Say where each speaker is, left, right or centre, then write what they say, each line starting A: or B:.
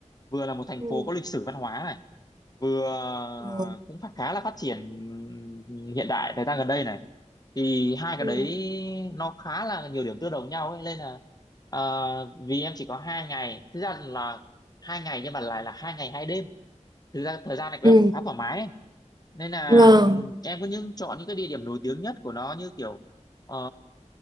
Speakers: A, on the left; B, on the right.
A: Vừa là một thành
B: Ừ.
A: phố có lịch sử văn hóa này, vừa
B: rồi.
A: cũng phát khá là phát triển hiện đại thời gian gần đây này. Thì hai cái
B: Ừ.
A: đấy nó khá là nhiều điểm tương đồng nhau ấy nên là à, vì em chỉ có hai ngày, thực ra là hai ngày nhưng mà lại là hai ngày hai đêm thực ra thời gian này của
B: Ừ.
A: em cũng khá thoải mái ấy. nên là
B: Vâng.
A: ừm, em có những chọn những cái địa điểm nổi tiếng nhất của nó như kiểu ờ,